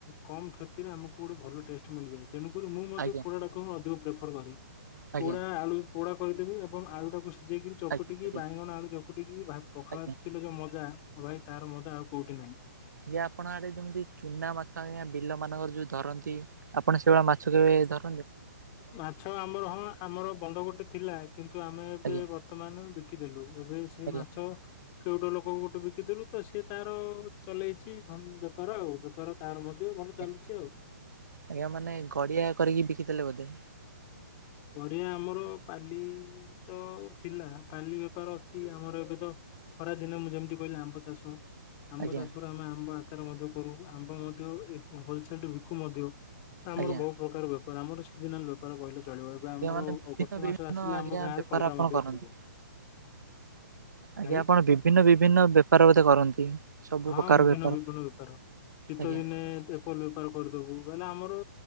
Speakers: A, on the left; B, on the right.
A: କମ୍ କ୍ଷତିରେ ଆମକୁ ଗୋଟେ ଭଲ ଟେଷ୍ଟ ମିଳିଯାଏ। ତେଣୁକରି ମୁଁ ମଧ୍ୟ
B: ଆଜ୍ଞା
A: ପୋଡ଼ାଟାକୁ ହିଁ ଅଧିକ ପ୍ରିଫର୍ କରେ
B: ଆଜ୍ଞା
A: ପୋଡ଼ା ଆଳୁ ପୋଡ଼ା କରିଦେବି ଏବଂ ଆଳୁଟାକୁ ସି ସିଝେଇକିରି ଚକଟିକି
B: ଆଜ୍ଞା ଆଜ୍ଞା।
A: ବାଇଗଣ ଆଳୁ ଚକୁଟିକି ଭା ପଖାଳ
B: ଆଜ୍ଞା
A: ଭାତ ଥିଲେ ଯଉ ମଜା। ଆଉ ଭାଇ ତାର ମଜା ଆଉ କୋଉଠି ନାହିଁ।
B: ଯେ ଆପଣ ଆଡ଼େ ଯେମିତି ଚୁନା ମାଛ ଆଜ୍ଞା ବିଲ ମାନଙ୍କର ଯୋଉ ଧରନ୍ତି। ଆପଣ ସେଇଭଳିଆ ମାଛ କେବେ ଧର
A: ମାଛ ଆମର ହଁ ଆମର ବନ୍ଧ ଗୋଟେ ଥିଲା। କିନ୍ତୁ ଆମେ ଏବେ
B: ଆଜ୍ଞା
A: ବର୍ତ୍ତମାନ ବିକି ଦେଲୁ ଏବେ ସେଇ
B: ଆଜ୍ଞା
A: ମାଛ କେଉଟ ଲୋକ କୁ ଗୋଟେ ବିକି ଥିଲୁ ତ ସିଏ ତାର ଚଲେଇଛି ଧ ବେପାର ଆଉ ବେପାର ତାର ମଧ୍ୟ ଭଲ
B: ଆଜ୍ଞା
A: ଚାଲୁଛି ଆଉ।
B: ଆଜ୍ଞା ମାନେ ଗଡିଆ କରିକି ବିକିଥିଲେ ବୋଧେ।
A: ପରିଆ ଆମର ପାଲି ତ ଥିଲା ପାଲି ବେପାର ଅଛି ଆମର ଏବେ ତ ଖରା ଦିନ ମୁଁ ଯେମିତି କହିଲି ଆମ୍ବ ଚାଷ। ଆମ୍ବ
B: ଆଜ୍ଞା
A: ଚାଷରେ ଆମେ ଆମ୍ବ ଆଚାର ମଧ୍ୟ କରୁ ଆମ୍ବ ମଧ୍ୟ ହୋଲସେଲରେ ବିକୁ ମଧ୍ୟ। ଆମର
B: ଆଜ୍ଞା
A: ବହୁତ ପ୍ରକାର ବେପାର ଆମର ସିଜନାଲ ବେପାର କହିଲେ ଚଳିବ। ଏବେ ଆମର
B: ଆଜ୍ଞା ମାନେ ବିଭିନ୍ନ
A: ଅଗଷ୍ଟ ମାସ
B: ବିଭିନ୍ନ
A: ଆସିଲେ
B: ଆଜ୍ଞା
A: ଆମ ଗାଁରେ
B: ବେପାର
A: କଲରା
B: ଆପଣ
A: ମଧ୍ୟ
B: କରନ୍ତି।
A: ବାହାରିବ।
B: ଆଜ୍ଞା
A: ଭାଇ
B: ଆପଣ ବିଭିନ୍ନ ବିଭିନ୍ନ ବେପାର ବୋଧେ କରନ୍ତି। ସବୁ
A: ହଁ
B: ପ୍ରକାର
A: ବିଭିନ୍ନ
B: ବେପାର
A: ବିଭିନ୍ନ ବେପାର ଶୀତ
B: ଆଜ୍ଞା
A: ଦିନେ କଲ ବେପାର କରିଦବୁ ବଲେ ଆମର